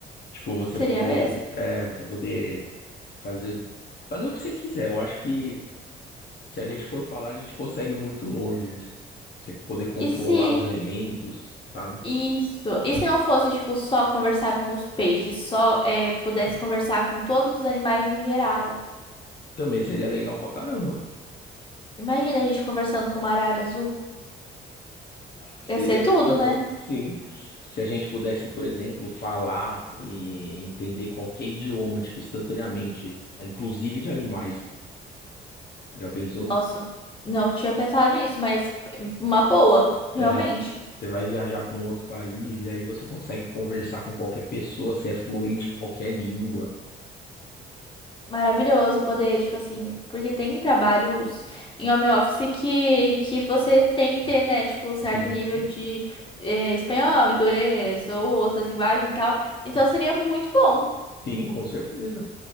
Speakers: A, on the left; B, on the left.
A: Tipo, você
B: Seria
A: poder,
B: mesmo.
A: é, você poder fazer fazer o que você quiser. Eu acho que se a gente for falar, a gente consegue ir muito longe. Você poder controlar
B: E se
A: os elementos, sabe?
B: isso, e se não fosse tipo só conversar com os peixes, só é, pudesse conversar com todos os animais em geral?
A: Também seria legal pra caramba.
B: Imagina a gente conversando com uma arara azul.
A: Seria
B: Ia ser tudo,
A: muito bom.
B: né?
A: Sim. Se a gente pudesse, por exemplo, falar e entender qualquer idioma, tipo, instantaneamente, né, inclusive de animais. Já pensou?
B: Nossa, não tinha pensado nisso, mas uma boa, realmente.
A: É, você vai viajar para um outro país e aí você consegue conversar com qualquer pessoa, você é fluente em qualquer língua.
B: Maravilhoso poder, tipo assim, porque tem trabalhos em home office que, que você tem que ter, né? Tipo, um certo
A: Sim,
B: nível de eh, espanhol, inglês ou outras linguagens e tal. Então seria muito bom.
A: sim, com certeza.